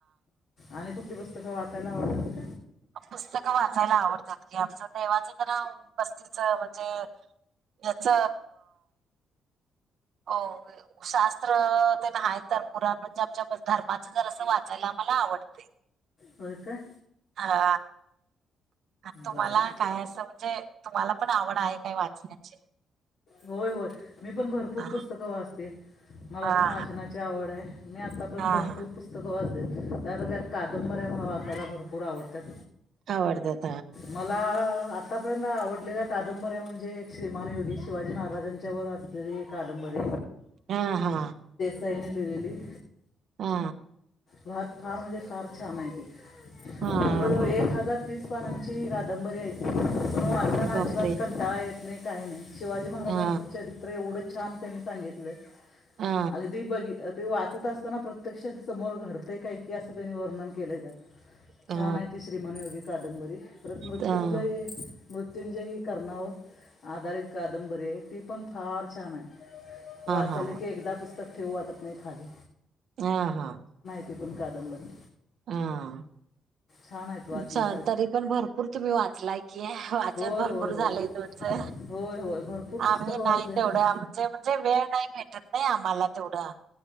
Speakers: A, on the left; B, on the right.
A: आणि कुठली पुस्तकें वाचायला आवडतं तातं
B: पुस्तकं वाचायला आवडतात कि आमचं देवाचं जरा बस्तीच म्हणजे याच हो शास्त्र त्यांना तर पुराणं चरच्या नाही तर धर्माचजर असं वाचायला मला आवडते
A: होय का
B: हा तुम्हांला
A: बरं
B: काय असं म्हणजे तुम्हांला पणं आवड आहे काय वाचण्याची
A: होय होय मी पणं भरपूर
B: हा
A: पुस्तकं वाचते मला
B: हा
A: पणं वाचनाची आवड आहे. मी आत्तापर्यंत
B: हा
A: भरपूर पुस्तकं वाचलेत त्यात कादंबऱ्या मला वाचायला भरपूर आवडतात.
B: आवडतात.
A: मला आत्तापर्यंत आवडलेल्या कादंबऱ्यां म्हणजे एक श्रीमान योगी शिवाजी महाराजांच्यावर असलेली कादंबरी
B: हा हा
A: फईनली दीली
B: हा
A: भाग फार म्हणजे फार छान आहे ते
B: हा
A: जवळजवळ
B: हा
A: एक हजार तीस पानांची कादंबरी आहेती पणं वाचताना
B: अरे
A: अजिबात
B: बापरे
A: कंटाळा येत नाहीं कांहीं नाही शिवाजी महाराजांचं
B: हा
A: चरित्र एवढं छान त्यांनीं सांगितलं
B: हा
A: अगदी बघी ते वाचत असताना प्रत्यक्षात समोर घडतं आहे का की असं त्यांनीं वर्णन केलं जातं छान
B: हा हा
A: आहे ती श्रीमान योगी कादंबरी परत मृत्यूंजय
B: हा
A: मृत्युंजयी कर्णावर आधारित कादंबरी आहे ती पणं फार छान आहेत वाचाली
B: हा
A: की एकदा पुस्तकं ठेवू वाटतं नाहीं खाली
B: हा हा
A: पणं कादंबरी
B: हा.
A: छान आहेत वाचण्यास
B: चा- तरी पणं भरपूर तूम्ही वाचलाय की वाचन
A: होय
B: भरपूर
A: होय होय
B: झालंय तुमचं
A: होय होय भरपूर पुस्तकं
B: आम्ही
A: वाचलेत
B: नाहीं तेवढं
A: मी
B: म्हजे म्हणजे वेळ नाहीं भेटतं नाहीं आम्हांला तेवढं